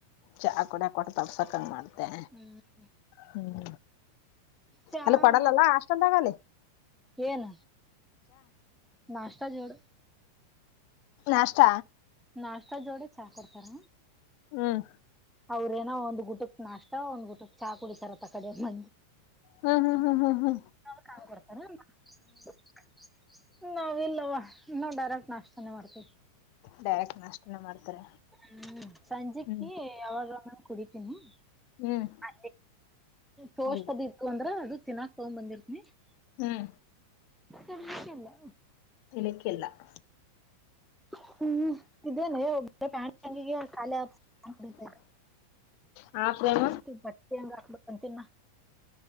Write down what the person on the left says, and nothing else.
ಚಹ ಕೂಡ ಕೊಟ್ಟು ತಪಸಾಕ್ ಅಂಗ್ ಮಾಡ್ತೆಯಾ
ಹ್ಮ
ಅಲ್ಲಿ ಕೊಡೈಲ್ಲಾ
ಅಲ್ಲಾ ಅಲ್ಲಿ ಹಾಸ್ಟೆಲ್ ದಾಗ
ನಾಷ್ಠ
ಹ್ಮ್
ಹ ಹಾ ಹ ಹಾ
ಡೈರೆಕ್ಟ್ ನಾಷ್ಟನೇ ಮಾಡ್ತಾರೆ
ಹ್ಮ್
ಹ್ಮ್
ಅಲ್ಲ
ಹ್ಮ್
ನಲಕ್ಕೆಲ್ಲ <unintelligible>
ಹಾ ಪ್ರೇಮ